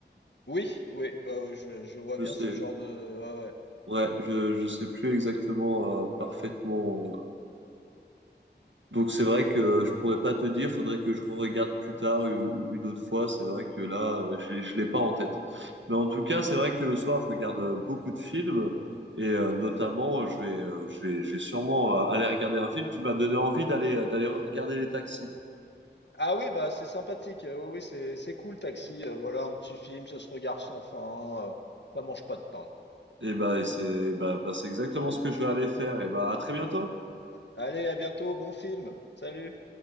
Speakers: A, on the left (about 70°); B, on the right (about 85°).
A: Oui, oui, ouais, ouais, je, je vois
B: Je
A: bien
B: sais.
A: ce genre de. Ouais, ouais.
B: Ouais, je, je sais plus exactement euh, parfaitement euh, Donc
A: Mais-
B: c'est vrai que euh, je pourrais pas te dire, faudrait que je regarde plus tard u- une autre fois. C'est vrai que là, euh, je, je l'ai pas en tête. Mais en tout cas, c'est vrai que le soir, je regarde euh, beaucoup de films et euh, notamment,
A: Mhm.
B: euh, je vais, euh, je vais, je vais sûrement euh, aller regarder un film qui m'a donné envie d'aller, euh, d'aller regarder les taxis.
A: Ah oui, bah c'est sympathique. euh, Oui, oui, c'est c'est cool, Taxi. euh, voilà un petit film, ça se regarde sans fin. euh, ça mange pas de pain.
B: Et bah, et c'est, bah, bah, c'est exactement ce que je vais aller faire. Et bah, à très bientôt.
A: Allez, à bientôt, bon film. Salut.